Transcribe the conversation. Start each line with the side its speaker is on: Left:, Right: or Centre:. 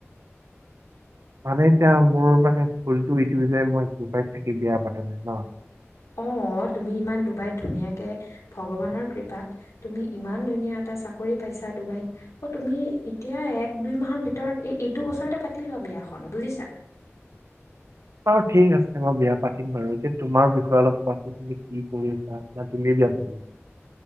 Right: মানে এতিয়া মোৰ মানে ফুলটো ইটো যে মই ডুবাইত থাকি বিয়া পাতিম ন।
Left: নেও <unintelligible> অ তুমি ইমান ডুবাইত ধুনীয়াকে ভগৱানৰ কৃপাত তুমি ইমান ধুনীয়া এটা চা। চাকৰি পাইছা ডুবাইত অ তুমি এতিয়া এক দুই মাহৰ ভিতৰত এইটো বছৰতে পাতি লোৱা বিয়া। কন বুজিছা।
Right: বাৰু ঠিক আছে বিয়া পাতিম বাৰু এ যে তোমাৰ বিষয়ে অলপ কোৱাচোন তুমি কি কৰি আছা না তুমি। বিয়া পাতি।